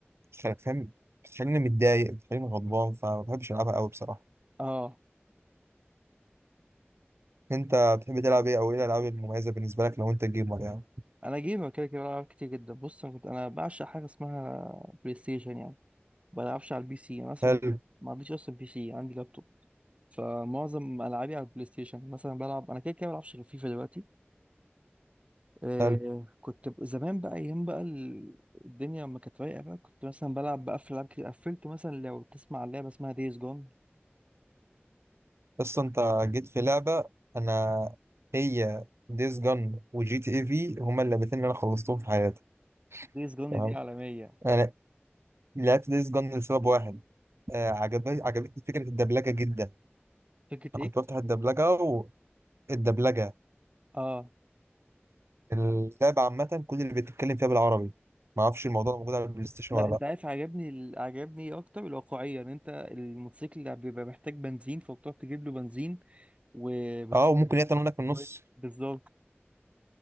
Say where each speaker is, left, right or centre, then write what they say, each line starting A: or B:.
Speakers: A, on the right; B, on the right.
A: بتخلي- فاهم بتخليني متضايق بتخليني غضبان فما بحبش العبها قوي بصراحه
B: اه
A: انت بتحب تلعب ايه او ايه الالعاب المميزه بالنسبه لك لو انت جيمر يعني
B: انا جيمر كده كده بلعب كتير جدا بص انا كنت انا بعشق حاجه اسمها بلاي ستيشن يعني ما بلعبش على البي سي انا اصلا
A: حلو
B: ما عنديش اصلا بي سي عندي لابتوب فمعظم العابي على البلاي ستيشن مثلا بلعب انا كده كده بلعبش غير فيفا دلوقتي آه
A: حلو
B: كنت ب- زمان بقى ايام بقى ال- الدنيا ما كانت رايقه بقى كنت مثلا بلعب بقفل العاب كتير قفلت مثلا لو تسمع عن لعبه اسمها دايز جون
A: بس انت جيت في لعبه انا هي ديز جن وجي تي اي في هما اللعبتين اللي انا خلصتهم في حياتي
B: دايز جون
A: تمام
B: دي عالميه
A: انا لعبت ديز جن لسبب واحد آه، عجبني عجبتني فكره الدبلجه جدا
B: فكره
A: انا
B: ايه
A: كنت بفتح الدبلجه والدبلجه
B: اه
A: اللعبة عامة كل اللي بتتكلم فيها بالعربي ما اعرفش الموضوع ده موجود على البلاي ستيشن
B: لا
A: ولا
B: انت
A: لا
B: عارف عجبني ال- عجبني إيه اكتر الواقعيه ان انت الموتوسيكل اللي بيبقى محتاج بنزين فبتروح تجيب له بنزين وبتستخدمه
A: اه وممكن هي تمرينك في النص
B: بالظبط